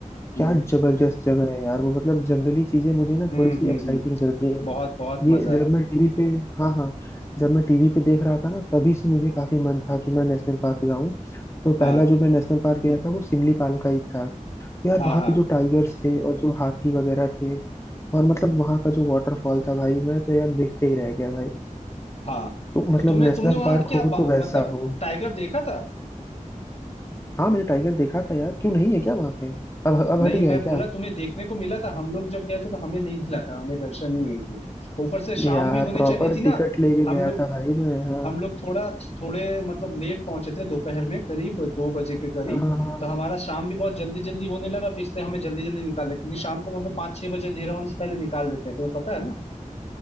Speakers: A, on the left (about 50°); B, on the left (about 20°).
A: हम्म
B: क्या जबरदस्त जगह है यार वो मतलब जंगली चीजें मुझे ना
A: हम्म
B: थोड़ी सी
A: हम्म
B: एक्साइटिंग
A: हम्म,
B: करती है
A: बहुत बहुत मजा
B: ये
A: है
B: जब मैं टीवी पे हाँ हाँ जब मैं टीवी पे देख रहा था ना तभी से मुझे काफी मन था कि मैं नेशनल पार्क जाऊं तो पहला
A: हाँ
B: जो मैं नेशनल पार्क गया था वो सिमलीपाल का ही था तो यार
A: हाँ
B: वहाँ
A: हाँ
B: पे जो टाइगर्स थे और जो हाथी वगैरह थे और मतलब वहाँ का जो वाटरफॉल था भाई मैं तो यार देखते ही रह गया भाई
A: हाँ
B: तो मतलब
A: तो तुम्हें
B: नेशनल
A: तुमने वहां
B: पार्क
A: क्या
B: हो
A: बा-
B: तो वैसा
A: मतलब
B: हो
A: टाइगर देखा था
B: हाँ मैंने टाइगर देखा था यार क्यों नहीं है क्या वहां पे अब अब
A: नहीं
B: हट गया
A: मैं
B: है
A: बोला
B: क्या
A: तुम्हें देखने को मिला था हम लोग जब गए थे तो हमें नहीं मिला था हमें दर्शन नहीं हुई थी ऊपर से शाम
B: यार
A: भी होने
B: प्रॉपर
A: चली थी ना
B: टिकट लेके
A: हम
B: गया
A: लोग
B: था भाई मैं हाँ
A: हम लोग थोड़ा थोड़े मतलब लेट पहुंचे थे दोपहर में करीब दो बजे के करीब
B: हाँ हाँ हाँ
A: तो हमारा शाम भी बहुत जल्दी जल्दी होने लगा तो इसलिए हमें जल्दी जल्दी निकाल दिया क्योंकि शाम को वहां पे पाँच छह बजे अंधेरा होने से पहले निकाल देते हैं तुम्हें पता है ना